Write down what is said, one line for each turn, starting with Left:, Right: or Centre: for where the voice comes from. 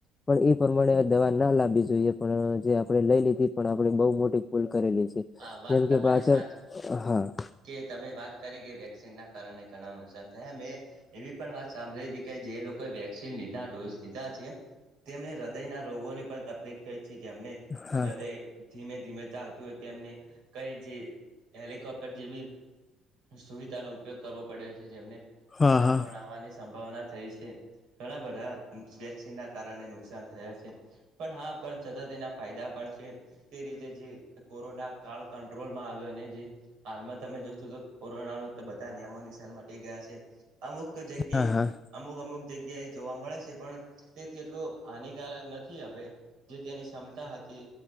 Left: પણ એ પ્રમાણે દવા ના લાવવી જોઈએ. પણ જે આપણે લઈ લીધી પણ આપણે બહુ મોટી ભૂલ કરેલી છે
Right: હા વાત
Left: જેમ
Right: તમારી
Left: કે પાછળ
Right: સાચી
Left: હા.
Right: કે તમે વાત કરી કે વેક્સિન ના કારણે ઘણા નુકસાન થયા મેં એવી પણ વાત સાંભળી હતી કે જે લોક કો વેક્સિલીના લીધ ડોઝ લીધા છે. તેમને હૃદયના રોગોની પણ તકલીફ થઈ છે જેમને
Left: હા
Right: હૃદય ધીમે ધીમે ચાલતું હોય તો એમને કઈ જે હેલિકોપ્ટ ટર જેવી સુવિધાનો ઉપયોગ કરવો પડે છે જેમને
Left: હા
Right: અટેક
Left: હા
Right: પણ આવવાની સંભાવના થઈ છે. ઘણા બધા વેક્સિન ના કારણે નુકસાન થયા છે પણ હા પણ છતાં તેના ફાયદા પણ છે તે રીતે જે કોરોના કાળ કાટ્રોલમાં આવ્યો અને જે હાલમાં તમે જોશો તો કોરોના નુ તો બધા નિયમો નિશાન મટી ગયા છે. અમુક જગ્યાએ
Left: હા હા
Right: અમુક અમુક જગ્યા એ જોવા મળે છે પણ તે તેટલો હાનિકારક નથી હવે. જે તેની ક્ષમતા હતી.